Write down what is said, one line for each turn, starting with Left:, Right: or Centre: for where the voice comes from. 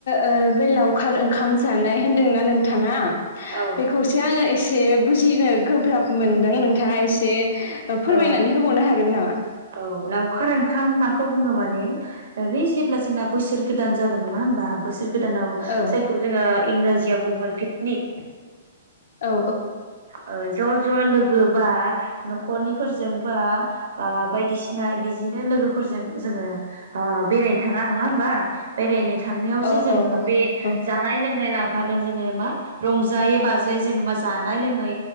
Left: ओ बे लावखार ओंखाम जानाय होनदोंना नोंथाङा
Right: औ
Left: बेखौसो आङो एस से बुजिनो गोब्राब मोनदों नोंथाङा एसे फोरमायनानै
Right: औ
Left: होबावनो हागोन नामा?
Right: औ लावखार ओंखाम मा खौ बुङो माने बे जेब्ला जोंना बोसोर गोदान जागोन नङा होमब बोसोर गोदानाव
Left: औ
Right: जायखौ जोङो इंराजियाव बुंगोन पिकनिक
Left: औ
Right: ओ ज' ज' लोगो बा न'खरनिफोरजों बा आ बायदिसिना बिदिनो लोगोफोरजों जोङो बेरायनो थाङा नङा होमबा बेरायनो थांनायाव
Left: औ
Right: जि जों
Left: औ
Right: बे
Left: औ
Right: जानाय लोंनाय लां फागोन जोङो मा रंजायै बाजायै जों मा जा नाय लोंङै